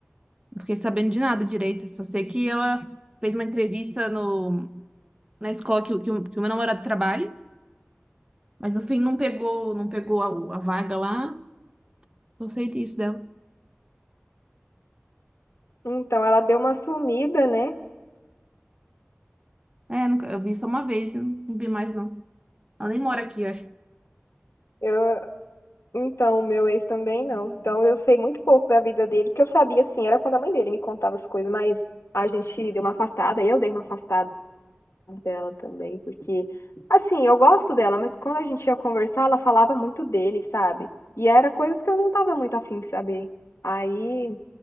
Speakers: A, on the right (about 20°); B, on the left (about 80°).
A: não fiquei sabendo de nada direito. Só sei que ela fez uma entrevista no, na escola que, o- que, o que o meu namorado trabalha, mas no fim não pegou, não pegou a, a vaga lá. Só sei disso dela.
B: Então ela deu uma sumida, né?
A: É, nunca- eu vi só uma vez, não, não vi mais não. Ela nem mora aqui, eu acho.
B: Eu, então, o meu ex também não. Então eu sei muito pouco da vida dele, porque eu sabia assim, era quando a mãe dele me contava as coisas, mas a gente deu uma afastada, eu dei uma afastada. dela também, porque, assim, eu gosto dela, mas quando a gente ia conversar, ela falava muito dele, sabe? E era coisas que eu não tava muito afim de saber. Aí